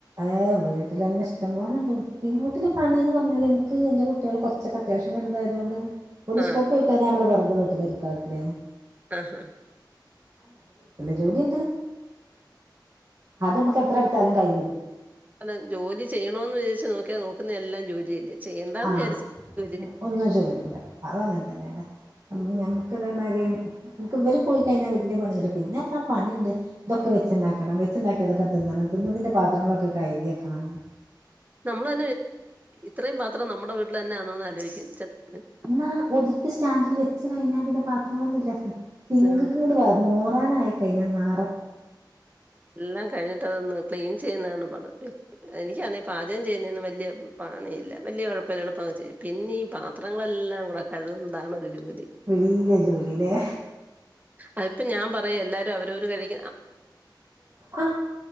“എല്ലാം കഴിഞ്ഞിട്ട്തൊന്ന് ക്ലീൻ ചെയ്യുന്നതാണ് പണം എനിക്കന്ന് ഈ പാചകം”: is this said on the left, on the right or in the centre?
Right